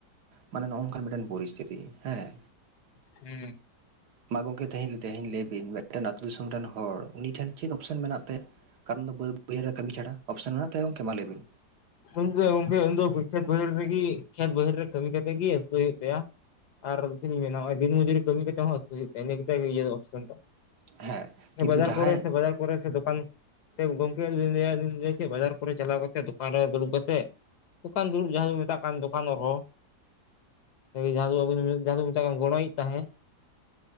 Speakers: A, on the right; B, on the left.
A: ᱢᱟᱱᱮ ᱱᱚᱜ ᱚᱭ ᱱᱚᱝᱠᱟᱱ ᱢᱤᱫᱴᱮᱱ ᱯᱚᱨᱤᱥᱛᱤᱛᱤ ᱦᱮᱸ
B: ᱦᱳᱭ
A: ᱢᱟ ᱜᱚᱢᱠᱮ ᱛᱮᱦᱤᱧᱦᱧ ᱞᱟᱹᱭ ᱵᱤᱱ ᱢᱤᱫᱴᱮᱱ ᱟᱹᱛᱩᱳ ᱫᱤᱥᱚᱢ ᱨᱮᱱ ᱦᱚᱲ ᱩᱱᱤ ᱴᱷᱮᱱ ᱪᱮᱫ ᱚᱯᱥᱮᱱ ᱢᱮᱱᱟᱜ ᱛᱟᱭᱟ ᱠᱟᱱ ᱫᱚ ᱨᱮ ᱠᱟᱹᱢᱤ ᱪᱷᱟᱰᱟ ᱚᱯᱥᱮᱱ ᱢᱮᱱᱟᱜ ᱛᱟᱭᱚᱢ ᱢᱟ ᱞᱟᱹᱭ ᱵᱤᱱ
B: ᱩᱱ ᱜᱚᱢᱠᱮ ᱩᱱ ᱫᱚ ᱠᱷᱮᱛ ᱵᱟᱹᱭᱦᱟᱹᱲ ᱨᱮᱜᱮ ᱠᱷᱮᱛ ᱵᱟᱹᱭᱦᱟᱹᱲ ᱨᱮ ᱠᱟᱹᱢᱤ ᱠᱟᱛᱮ ᱜᱮ ᱟᱹᱥᱩᱞ ᱦᱩᱭᱩᱜ ᱛᱟᱭᱟ ᱟᱨ ᱪᱮᱫ ᱤᱧ ᱢᱮᱱᱟᱜ ᱵᱤᱱ ᱢᱚᱡᱩᱨᱤ ᱠᱟᱹᱢᱤ ᱠᱟᱛᱮ ᱦᱚᱸ ᱟᱹᱥᱩᱞ ᱦᱩᱭᱩᱜ ᱤᱱᱟᱹ ᱠᱟᱛ ᱜᱮ ᱤᱭᱟᱹ ᱚᱯᱥᱮᱱ ᱫᱚ
A: ᱦᱮᱸ ᱠᱤᱱᱛᱩ
B: ᱵᱟᱡᱟᱨ
A: ᱡᱟᱦᱟᱸᱭ
B: ᱠᱚᱨᱮ ᱥᱮ ᱵᱟᱡᱟᱨ ᱠᱚ ᱨᱮ ᱥᱮ ᱫᱩᱠᱟᱱ ᱜᱚᱝᱠᱮ ᱪᱮᱫ ᱵᱟᱡᱟᱨ ᱠᱚᱨᱮ ᱪᱟᱞᱟᱣ ᱠᱟᱛᱮᱫ ᱫᱚᱠᱟᱱ ᱨᱮ ᱫᱩᱲᱩᱵ ᱠᱟᱛᱮᱜ ᱫᱚᱠᱟᱱ ᱫᱩᱲᱩᱵ ᱡᱟᱦᱟᱸ ᱠᱚ ᱢᱮᱛᱟᱜ ᱠᱟᱱ ᱫᱚᱠᱟᱱ ᱨᱮᱦᱚᱸ ᱡᱟᱦᱟᱸᱵ ᱡᱟᱦᱟᱸ ᱢᱮᱛᱟᱜ ᱜᱚᱲᱚᱭᱮᱫ ᱛᱟᱦᱮᱸᱫ